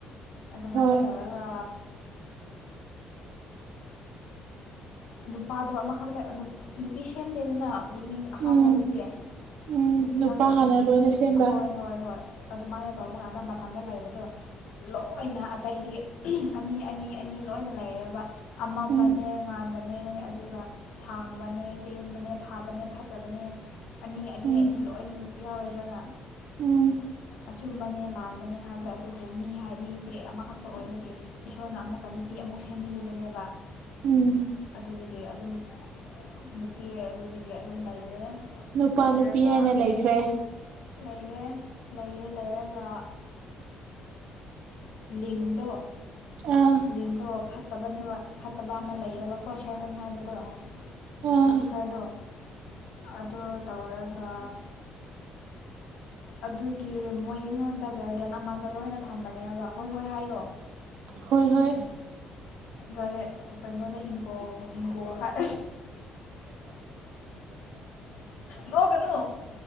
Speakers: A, on the left; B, on the right.
A: ꯑꯗꯨꯃꯥꯏꯅ
B: ꯍꯣꯏ
A: ꯇꯧꯔꯒ꯫ ꯅꯨꯄꯥꯗꯣ ꯑꯃꯈꯛꯇ ꯅꯨꯄꯤ ꯁꯦꯝꯗꯦꯗꯅ ꯕꯤꯒꯤꯅꯤꯡ ꯑꯍꯥꯟꯕꯗꯗꯤ꯫
B: ꯎꯝ ꯎꯝ
A: ꯅꯨꯄꯤ
B: ꯅꯨꯄꯥ
A: ꯉꯥꯛꯇ ꯁꯦꯝꯕꯤ
B: ꯍꯥꯟꯅ ꯂꯣꯏꯅ ꯁꯦꯝꯕ
A: ꯍꯣꯏ ꯍꯣꯏ ꯍꯣꯏ꯫ ꯑꯗꯨꯃꯥꯏꯅ ꯇꯧꯕ ꯀꯥꯟꯗ ꯃꯊꯟꯇ ꯂꯩꯔꯕꯗꯣ ꯂꯣꯏꯅ ꯑꯇꯩꯗꯤ ꯑꯅꯤ ꯑꯅꯤ ꯑꯅꯤ ꯂꯣꯏꯅ ꯂꯩꯔꯔꯕ ꯑꯃꯝꯕ꯫
B: ꯎꯝ
A: ꯅꯦ ꯉꯥꯟꯕꯅꯦ ꯑꯗꯨꯒ ꯁꯥꯡꯕꯅꯦ ꯇꯦꯟꯕꯅꯦ ꯐꯥꯕꯅꯦ ꯐꯠꯇꯕꯅꯦ ꯑꯅꯤ ꯑꯅꯤ
B: ꯎꯝ
A: ꯑꯅꯤ ꯂꯣꯏ ꯌꯥꯎꯋꯦꯗꯅ
B: ꯎꯝ
A: ꯑꯆꯨꯝꯕꯅꯦ ꯂꯥꯟꯕꯅꯦ ꯍꯥꯏꯕꯗ ꯑꯗꯨꯕꯨ ꯃꯤ ꯍꯥꯏ ꯃꯤꯗꯤ ꯑꯃꯈꯛꯇ ꯑꯣꯏꯕꯒꯤ ꯏꯁꯣꯔꯅ ꯑꯃꯨꯛꯀ ꯅꯨꯄꯤ ꯑꯃꯨꯛ ꯁꯦꯝꯕꯤꯕꯅꯦꯕ꯫
B: ꯎꯝ
A: ꯑꯗꯨꯗꯒꯤ ꯑꯗꯨꯝ ꯅꯨꯄꯤ ꯑꯗꯨꯗꯒꯤ ꯑꯗꯨꯝ ꯂꯩꯔꯦ꯫
B: ꯅꯨꯄꯥ
A: ꯂꯩꯔꯒ
B: ꯅꯨꯄꯤ ꯍꯥꯏꯅ ꯂꯩꯈ꯭ꯔꯦ꯫
A: ꯂꯩꯔꯦ ꯂꯩꯔꯦ ꯂꯩꯔꯒ ꯂꯤꯟꯗꯣ꯫
B: ꯑꯥ
A: ꯂꯤꯟꯗꯣ꯫ ꯐꯠꯇꯕꯅꯦꯕ ꯐꯠ ꯐꯠꯇꯕ ꯑꯃ ꯂꯩꯌꯦꯕ ꯄ꯭ꯔꯣꯠꯁꯔꯄꯟ ꯍꯥꯏꯕꯗꯣ
B: ꯑꯥ
A: ꯂꯨꯁꯤꯐꯔꯗꯣ ꯑꯗꯨ ꯇꯧꯔꯒ ꯑꯗꯨꯒꯤ ꯃꯣꯏ ꯑꯩꯉꯣꯟꯗ ꯒꯥꯔꯗꯦꯟ ꯑꯃꯗ ꯂꯣꯏꯅ ꯊꯝꯕꯅꯦꯕ ꯍꯣꯏ ꯍꯣꯏ ꯍꯥꯏꯌꯣ
B: ꯍꯣꯏ ꯍꯣꯏ
A: ꯒꯔꯦ ꯀꯩꯅꯣꯗ ꯍꯤꯡꯒꯣ ꯍꯤꯡꯒꯣ ꯍꯥꯏ ꯅꯣꯛꯀꯅꯨ